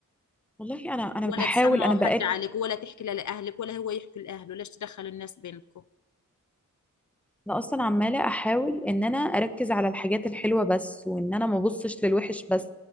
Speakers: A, in the centre; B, on the left (about 65°).
A: والله انا انا
B: ولا
A: بحاول
B: تسمعوا
A: انا
B: حد
A: بقالي
B: عليك ولا تحكي لا لأهلك ولا هو يحكي لأهله ليش تدخلوا الناس بينكم
A: انا اصلا عماله احاول ان انا اركز على الحاجات الحلوه بس وان انا ما ابصش للوحش بس